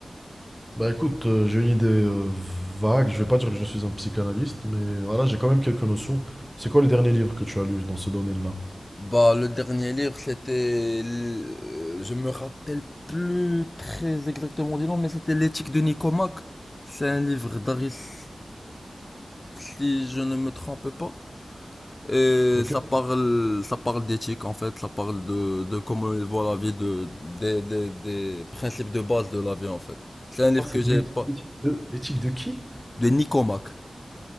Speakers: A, in the centre; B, on the left.
A: Bah écoute, euh, j'ai une idée euh, vague. Je vais pas dire que je suis un psychanalyste, mais voilà, j'ai quand même quelques notions. C'est quoi le dernier livre que tu as lu dans ce domaine-là?
B: Bah, le dernier livre, c'était, l- euh, je me rappelle plus très exactement du nom, mais c'était L'éthique de Nicomaque. C'est un livre d'Aristote, si je ne me trompe pas. Et
A: Ok.
B: ça parle, ça parle d'éthique en fait, ça parle de, de comment il voit la vie, de, des, des, des principes de base de la vie en fait. C'est un livre
A: Ah, c'est
B: que j'ai
A: l'éthique
B: pas,
A: de, l'éthique de qui?
B: de Nicomac.